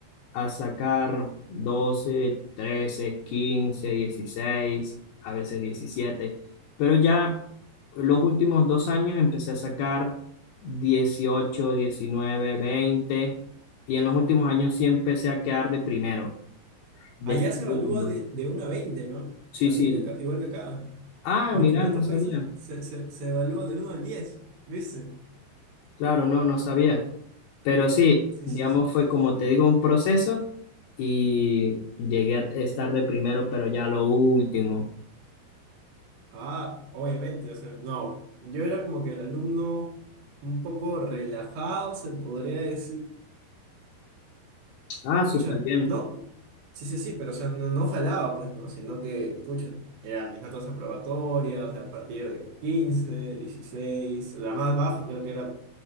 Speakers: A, on the left (about 75°); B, on the right (about 75°).
A: a sacar 12, 13, 15, 16, a veces 17. Pero ya los últimos dos años empecé a sacar 18, 19, 20 y en los últimos años sí empecé a quedar de primero.
B: Allá
A: De segundo.
B: se evalúa de, de uno a 20, ¿no?
A: Sí,
B: También
A: sí.
B: que acá- igual que acá.
A: Ah,
B: Porque
A: mira,
B: en otros
A: no sabía.
B: países se, se, se evalúa del uno al 10, ¿viste?
A: Claro, no, no sabía. Pero sí,
B: Sí,
A: digamos,
B: sí, sí.
A: fue como te digo, un proceso y llegué a estar de primero, pero ya lo último.
B: Ah, obviamente, o sea, no. Yo era como que el alumno un poco relajado, se podría decir.
A: Ah,
B: Pucha,
A: súper bien.
B: no, sí, sí, sí, pero o sea, no, no jalaba, pues, ¿no? Sino que, pucha, eran mis notas aprobatorias, o sea, a partir de 15 16 la más baja creo que era